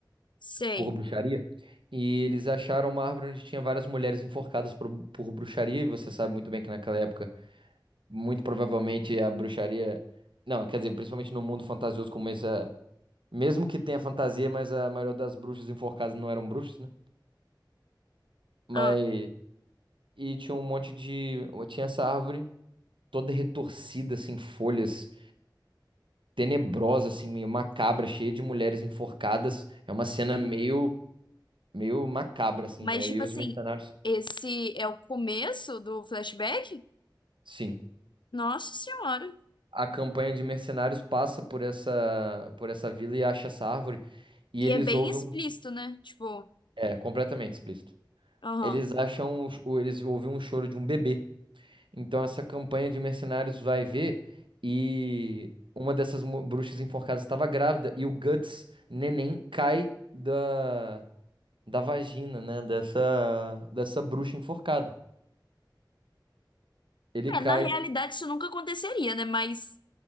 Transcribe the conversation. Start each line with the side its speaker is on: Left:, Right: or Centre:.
Left: Sei.
Right: por bruxaria. E eles acharam uma árvore onde tinha várias mulheres enforcadas por, por bruxaria. E você sabe muito bem que naquela época, muito provavelmente a bruxaria. Não, quer dizer, principalmente no mundo fantasioso como esse, a- mesmo que tenha fantasia, mas a maioria das bruxas enforcadas não eram bruxas, né? Mas.
Left: Ah.
Right: E tinha um monte de. Tinha essa árvore toda retorcida, assim, folhas, tenebrosa, assim, meio macabra, cheia de mulheres enforcadas. É uma cena meio, meio macabra, assim,
Left: Mas,
Right: né?
Left: tipo
Right: E os
Left: assim,
Right: mercenários.
Left: esse é o começo do flashback?
Right: Sim.
Left: Nossa Senhora.
Right: a campanha de mercenários passa por essa por essa vila e acha essa árvore e
Left: E
Right: eles
Left: é bem
Right: ouvem
Left: explícito,
Right: um-
Left: né? Tipo,
Right: é completamente explícito.
Left: aham.
Right: Eles acham o- eles ouvem um choro de um bebê. Então essa campanha de mercenários vai ver e uma dessas mu- bruxas enforcadas estava grávida e o Guts neném cai da da vagina, né, dessa dessa bruxa enforcada. Ele
Left: É,
Right: cai,
Left: na realidade isso nunca aconteceria, né? Mas.